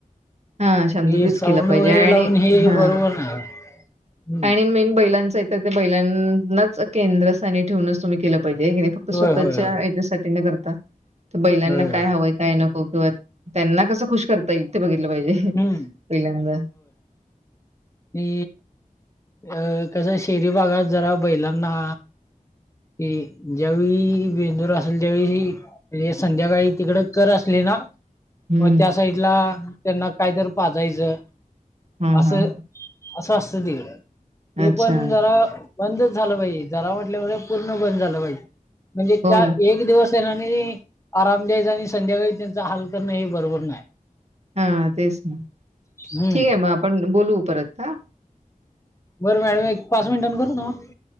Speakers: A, on the right; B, on the left.
A: हा शांततेच
B: हे साऊंड
A: केलं पाहिजे
B: वगैरे
A: आणि
B: लावून हे
A: हा
B: बरोबर नाही. हम्म
A: आणि मेन बैलांच हायतर. ते बैलांनाच केंद्रस्थानी ठेवूनच तुम्ही केलं पाहिजे. की नाही फक्त
B: होय
A: स्वतःच्या
B: होय होय
A: याच्यासाठी न करता. तर बैलांना
B: होय
A: काय
B: होय
A: हवंय. काय नको. ओके. त्यांना कसं खुश करता येईल. ते बघितलं पाहिजे
B: हम्म
A: पहिल्यांदा.
B: नि. अ कसं शहरी भागात जरा बैलांना कि. ज्यावेळी बेंदूर असेल त्यावेळी. म्हणजे संध्याकाळी तिकड कर असले ना.
A: हम्म
B: मग त्या साइडला त्यांना कायतरी पाजायचं.
A: हा
B: असं.
A: हा
B: असं-असतं तिकड.
A: अच्छा,
B: ते पण जरा बंदच झालं पाहिजे. जरा म्हटल्यावर पूर्ण बंद झालं पाहीजे. म्हणजे
A: हो
B: त्या
A: ना.
B: एक दिवस. आणि आराम द्यायचा. आणि संध्याकाळी त्यांचा हाल करणं हे बरोबर नाही.
A: हा तेच. ठीक
B: हम्म
A: आहे मग आपण बोलवू परत हा.
B: बरं मॅडम एक पाच मिनिटान करून तुम्हाला?